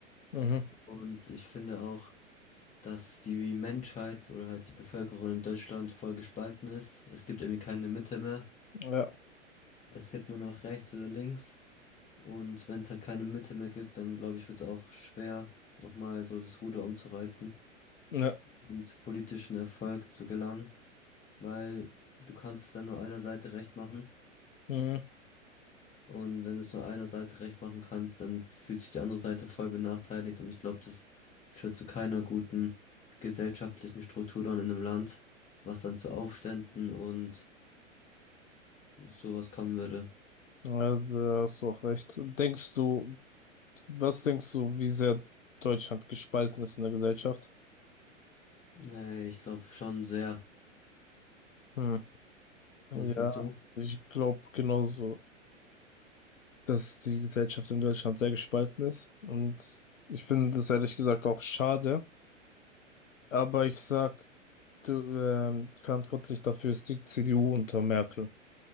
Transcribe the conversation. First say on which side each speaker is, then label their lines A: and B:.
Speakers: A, on the left; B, on the left.
A: Mhm.
B: Und ich finde auch, dass die Menschheit oder halt die Bevölkerung in Deutschland voll gespalten ist. Es gibt irgendwie keine Mitte mehr.
A: Ja,
B: Es gibt nur noch rechts oder links. Und wenn es halt keine Mitte mehr gibt, dann glaube ich, wird es auch schwer, nochmal so das Ruder umzureißen
A: ja,
B: und politischen Erfolg zu gelangen, weil du kannst dann nur einer Seite recht machen.
A: mhm.
B: Und wenn du es nur einer Seite recht machen kannst, dann fühlt sich die andere Seite voll benachteiligt. Und ich glaube, das führt zu keiner guten gesellschaftlichen Struktur dann in einem Land, was dann zu Aufständen und sowas kommen würde.
A: Ja, da hast du auch recht. Denkst du, was denkst du, wie sehr Deutschland gespalten ist in der Gesellschaft?
B: Nee, ich glaube schon sehr.
A: Hm.
B: Was
A: Ja,
B: denkst du?
A: ich glaube genauso, dass die Gesellschaft in Deutschland sehr gespalten ist. Und ich finde das ehrlich gesagt auch schade. Aber ich sag, du, ähm, verantwortlich dafür ist die CDU unter Merkel.